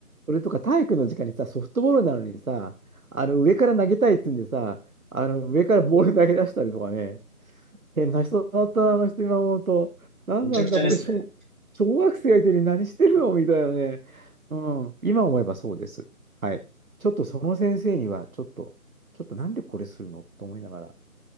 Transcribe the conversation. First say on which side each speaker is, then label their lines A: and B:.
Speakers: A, on the right; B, on the right.
A: それとか体育の時間にさ、ソフトボールなのにさ、あの、上から投げたいって言うんでさ、あの、上からボール投げ出したりとかね、変な人だったな、あの人今思うと。なんなんだ、
B: むちゃくちゃですね。
A: これ小、小学生相手に何してるのみたいなね。うん、今思えばそうです。はい。ちょっとその先生には、ちょっと、ちょっとなんでこれするのと思いながら、